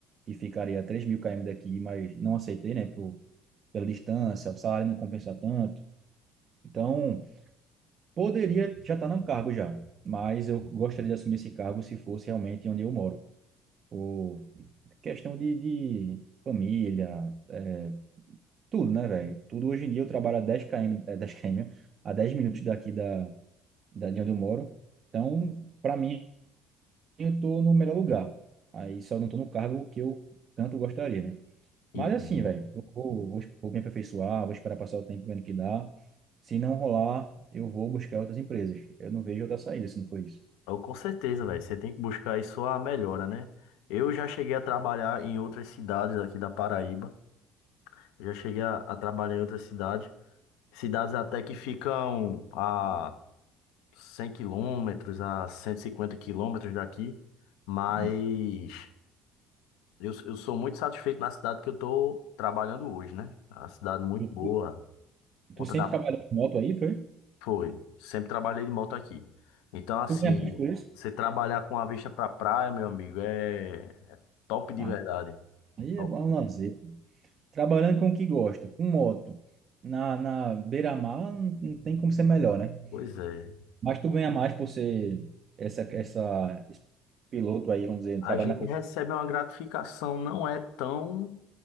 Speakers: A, on the right; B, on the left.
A: que ficaria a 3 mil km daqui, mas não aceitei, né, por pela distância, o salário não compensa tanto. Então, poderia já estar num cargo já, mas eu gostaria de assumir esse cargo se fosse realmente onde eu moro. Por questão de, de família, é, tudo, né, velho? Tudo hoje em dia eu trabalho a 10 km, é, 10 km, <laughs> a 10 minutos daqui da, da, de onde eu moro. Então, para mim, eu estou no melhor lugar. Aí só não estou no cargo que eu tanto gostaria, né? Mas
B: Entendo.
A: assim, velho, eu vou, vou, vou me aperfeiçoar, vou esperar passar o tempo vendo que dá. Se não rolar, eu vou buscar outras empresas. Eu não vejo outra saída se não for isso.
B: Eu, com certeza, velho. Você tem que buscar aí sua melhora, né? Eu já cheguei a trabalhar em outras cidades aqui da Paraíba. Eu já cheguei a, a trabalhar em outras cidades. Cidades até que ficam a 100 quilômetros a 150 quilômetros daqui, mas
A: Hum.
B: eu, eu sou muito satisfeito na cidade que eu estou trabalhando hoje, né? A cidade muito boa,
A: Tu,
B: conta
A: tu sempre
B: da...
A: trabalhou em moto aí, foi?
B: Foi, sempre trabalhei de moto aqui. Então, assim,
A: Tu ganha mais por isso?
B: você trabalhar com a vista pra praia, meu amigo, é top de
A: Ah,
B: verdade.
A: aí
B: Top.
A: é bom é um lazer. Trabalhando com o que gosta, com moto, na, na beira-mar, não, não tem como ser melhor, né?
B: Pois é.
A: Mas tu ganha mais por ser essa, essa, esse piloto aí, vamos dizer,
B: A
A: trabalha
B: gente
A: na polícia,
B: recebe uma gratificação, não é tão